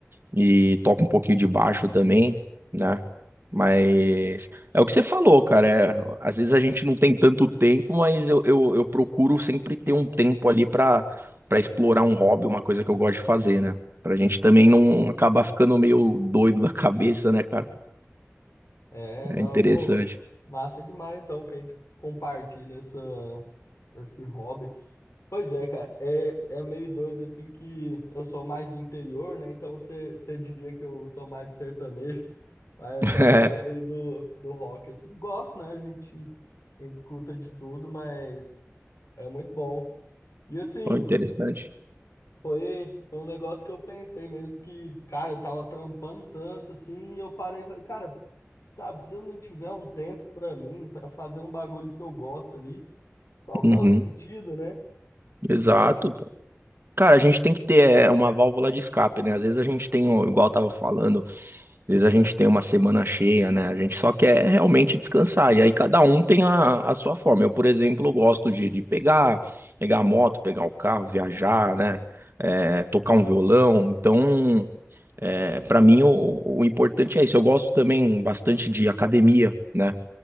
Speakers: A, on the right; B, on the left.
A: e toco um pouquinho de baixo também, né? Mas é o que você falou, cara. é, às vezes a gente não tem tanto tempo, mas eu, eu, eu procuro sempre ter um tempo ali pra para explorar um hobby, uma coisa que eu gosto de fazer, né? Pra gente também não acabar ficando meio doido <laughs> da cabeça, né, cara?
B: é,
A: É
B: não,
A: interessante.
B: pô,
A: <laughs>
B: massa demais então que a gente compartilha essa esse hobby. Pois é, cara, é, é meio doido assim que eu sou mais do interior, né? Então você você diria que eu sou mais do sertanejo, <laughs> mas eu
A: É,
B: também sou meio do, do rock, assim. Gosto, né? A gente, a gente escuta de tudo, mas é muito bom. E assim,
A: foi interessante.
B: foi, foi um negócio que eu pensei mesmo que, cara, eu tava trampando tanto assim, e eu parei e falei, cara, sabe, se eu não tiver um tempo pra mim, pra fazer um bagulho que eu gosto ali, qual
A: Uhum,
B: que é o sentido, né?
A: exato, pô. Cara, a gente tem que ter é, uma válvula de escape, né? Às vezes a gente tem, ó, igual eu tava falando. Às vezes a gente tem uma semana cheia, né? A gente só quer realmente descansar. E aí cada um tem a, a sua forma. Eu, por exemplo, gosto de, de pegar, pegar a moto, pegar o carro, viajar, né? É, tocar um violão. Então, é, para mim, o, o importante é isso. Eu gosto também bastante de academia, né?